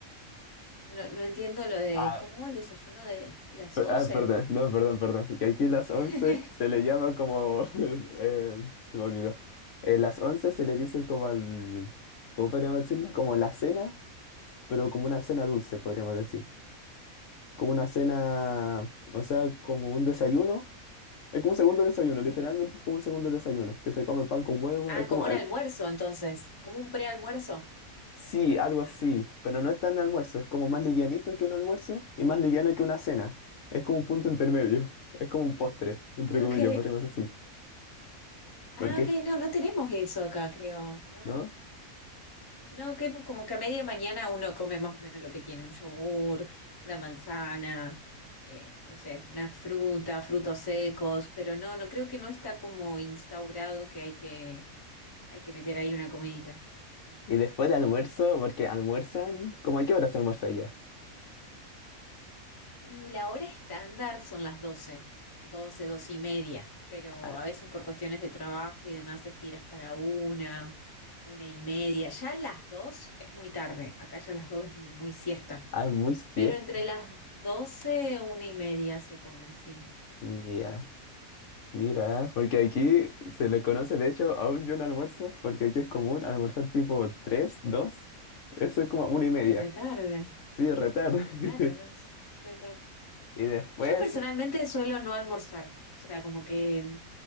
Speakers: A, on the left; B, on the left.
A: No, no entiendo lo de,
B: Ah,
A: ¿cómo el desayuno de las
B: per-
A: once
B: ah, perdón, no, perdón, perdón. Que aquí las
A: <laughs>
B: once se le llama como... <laughs> eh, se me olvidó. Eh, las once se le dice como al... ¿Cómo podríamos decirlo? Como la cena, pero como una cena dulce, podríamos decir. como una cena, o sea, como un desayuno. Es como un segundo desayuno,
A: Ok.
B: literalmente es como un segundo desayuno, que se come pan con huevo.
A: Ah,
B: Es como,
A: como un
B: eh,
A: almuerzo entonces, como un prealmuerzo.
B: sí, algo así, pero no es tan de almuerzo, es como
A: Ah,
B: más livianito que un almuerzo y más liviano que una cena. Es como un punto intermedio, es como un postre, entre
A: ok.
B: comillas, podríamos decir.
A: Ah,
B: Porque,
A: ok, no, no tenemos eso acá, creo. No,
B: ¿no?
A: no, que como que a media mañana uno come más o menos lo que tiene, un yogur, una manzana, eh, no sé, una fruta, frutos secos, pero no, no creo que no está como instaurado que hay que, hay que meter ahí una comidita.
B: Y después de almuerzo, porque almuerzan, ¿cómo a qué hora se almuerza ya?
A: Y la hora estándar son las 12, doce 12 y media, pero
B: Ah,
A: a veces por cuestiones de trabajo y demás se estira hasta la una, una y media. Ya las 2 es muy tarde, acá ya las 2 es muy siesta,
B: ah, muy siesta.
A: pero entre las 12 una y media se come, sí.
B: Ya. Mira, porque aquí se le conoce, de hecho, aún yo no almuerzo, porque aquí es común almorzar tipo 3 2, eso es como una y media,
A: Uy, retarde,
B: sí, retardo. <laughs>
A: claro, no sé, retarde.
B: Y después,
A: Yo personalmente suelo no almorzar, o sea, como que